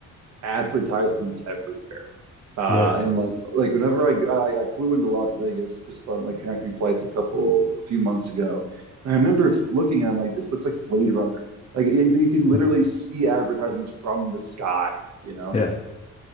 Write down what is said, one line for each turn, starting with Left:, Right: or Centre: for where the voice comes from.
Right: advertisements everywhere. Uh,
Left: Yes.
Right: and like like whenever I, I I flew into Las Vegas just on like connecting flights a couple a few months ago, and I remember looking at it, I'm like this looks like Blade Runner. Like you you can literally
Left: Hmm.
Right: see advertisements from the sky, you know.
Left: Yeah.